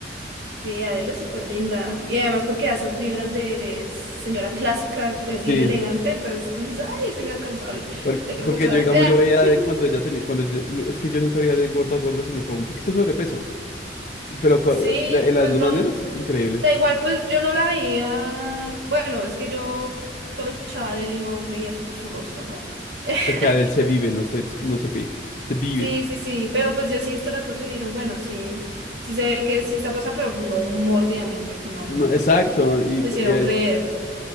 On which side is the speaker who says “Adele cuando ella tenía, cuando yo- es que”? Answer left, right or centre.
Left